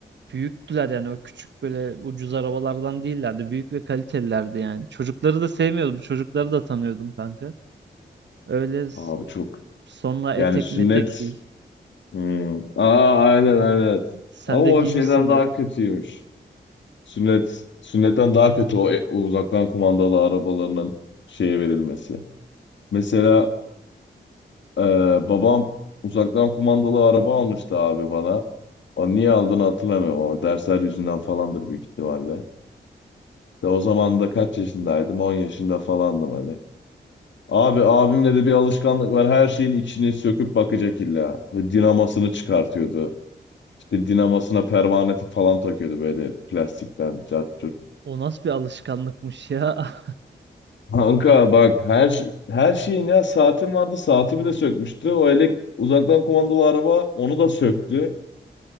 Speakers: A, on the right; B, on the left.
A: Büyüktüler yani o küçük böyle ucuz arabalardan değillerdi. Büyük ve kalitelilerdi yani. Çocukları da sevmiyordum. Çocukları da tanıyordum kanka. Öyle s-
B: Abi çok
A: sonra etek
B: yani sünnet.
A: metek giy.
B: Hmm. Aa aynen aynen.
A: Sen
B: Ama
A: de
B: o
A: giymişsindir.
B: şeyden daha kötüymüş. Sünnet, sünnetten daha kötü o, e- o uzaktan kumandalı arabalarının şeye verilmesi. Mesela Ee, babam uzaktan kumandalı araba almıştı abi bana. O niye aldığını hatırlamıyorum ama dersler yüzünden falandır büyük ihtimalle. De o zaman da kaç yaşındaydım? 10 yaşında falandım hani. Abi abimle de bir alışkanlık var. Her şeyin içini söküp bakacak illa. Ve dinamasını çıkartıyordu. İşte dinamasına pervaneti falan takıyordu böyle plastikten cart curt.
A: O nasıl bir alışkanlıkmış ya.
B: Kanka bak her şey- her şeyin ya saatim vardı saatimi de sökmüştü. O elek uzaktan kumandalı araba onu da söktü.